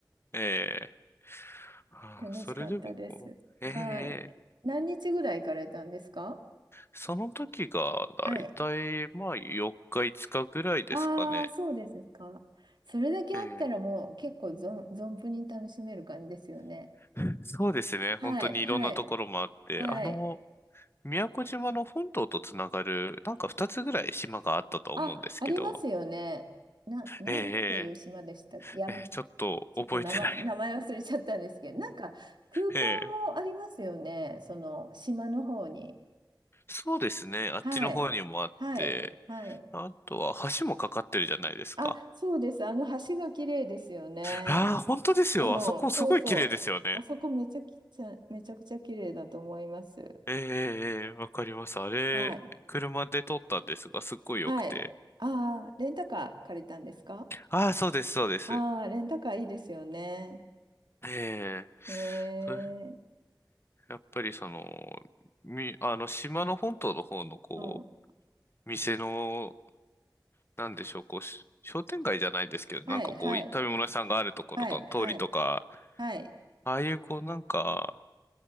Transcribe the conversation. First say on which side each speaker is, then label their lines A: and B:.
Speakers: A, on the left (about 30°); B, on the right (about 75°).
A: <laughs> ええああ、
B: 楽しかったです。
A: それでもこう、
B: はい。
A: ええ
B: 何日ぐらい行かれたんですか
A: その時がだいたいまあ4日5日ぐらいですかね。
B: はい。ああ、そうですか。それだけあったらもう結構存、
A: ええ
B: 存分に楽しめる感じですよね。
A: <laughs> そうですね。
B: はい、
A: 本当にいろんなところもあって、
B: はい、はい。
A: あの、宮古島の本島とつながる、なんか2つぐらい島があったと思うんですけど、
B: あ、ありますよね。な、なんていう島でしたっけや、
A: ええええええちょっと覚えてない。
B: ちょっと名前、名前忘れちゃったんですけど、なんか空港もありますよね。
A: <laughs> ええ
B: その島の方に。
A: そうですね。あっちの方にもあって、
B: はい、はい、はい。
A: あとは橋もかかってるじゃないですか。
B: あ、そうです。あの橋が綺麗ですよね。
A: ああ、本当ですよ。
B: うん、
A: あそこすごい綺麗ですよね。
B: そうそう。あそこめちゃきちゃ、めちゃくちゃ綺麗だと思います。
A: ええええわかります。あれ、
B: はい。
A: 車で撮ったんですが、すっごい良くて。
B: はい。ああ、レンタカー借りたんですか
A: ああ、そうです、そうです。
B: ああー、レンタカーいいですよね。
A: ええ
B: え
A: そ
B: ー、
A: やっぱりその、み、あの、島の本島の方の、こ
B: うん。
A: う、店の、なんでしょう、こう、し商店街じゃないですけど、
B: はい、
A: なんかこう、
B: はい、
A: い食べ物屋さんがあるところの通りとか、
B: はい、はい、はい。
A: ああいう、こう、なんか、